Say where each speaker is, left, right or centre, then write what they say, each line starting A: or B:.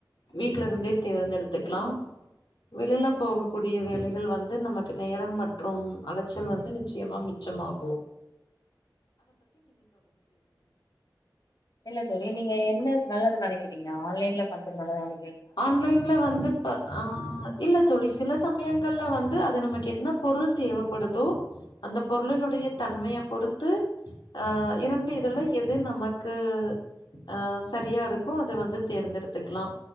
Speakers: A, on the left; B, on the left.
A: வீட்டுல இருந்தே தேர்ந்தெடுத்துக்கலாம் வெளில போகக்கூடிய வேலைகள் வந்து நமக்கு நேரம் மற்றும் அலைச்சல் வந்து நிச்சயமா மிச்சமாகும்
B: இல்ல தோழி நீங்க என்ன நல்லது நெனைக்கி நீங்க ஆன்லைன்ல பண்றதுனாலதா <unintelligible>
A: ஆன்லைன்ல வந்து ப்ப ஆ இல்ல தேழி சில சமயங்கள்ல வந்து அத நமக்கு என்ன பொருள் தேவைப்படுதோ அந்த பொருளினுடைய தன்மைய பொறுத்து ஹ இரண்டு இதுல எது நமக்கு அஹ சரியா இருக்கோ அத வந்து தேர்ந்தெடுத்துக்கலாம்